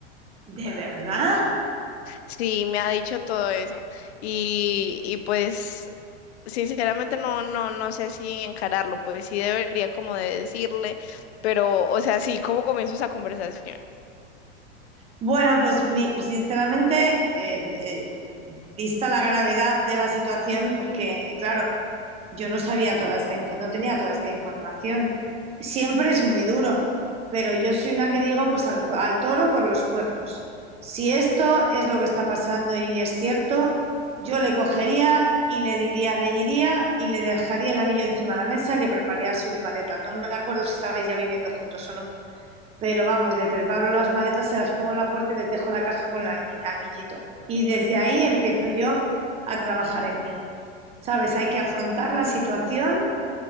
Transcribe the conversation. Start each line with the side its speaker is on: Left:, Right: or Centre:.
Right: ¿De verdad?
Left: Sí, me ha dicho todo eso. Y, y pues sinceramente no, no, no sé si encararlo, pues sí debería como de decirle, pero, o sea, sí, ¿cómo comienzo esa conversación?
Right: Bueno, pues mi- sinceramente, eh, eh, vista la gravedad de la situación, porque claro, yo no sabía toda esta info, no tenía toda esta información. Siempre es muy duro, pero yo soy una que digo, pues al, al toro por los cuernos. Si esto es lo que está pasando y es cierto, yo le cogería y le diría, le iría y le dejaría el anillo encima de la mesa y le prepararía sus maletas. No me acuerdo si estabais ya viviendo juntos o no. Pero vamos, le preparo las maletas, se las pongo en la puerta y les dejo la caja con el añi- anillito. Y desde ahí empiezo yo a trabajar en mí. ¿Sabes? Hay que afrontar la situación,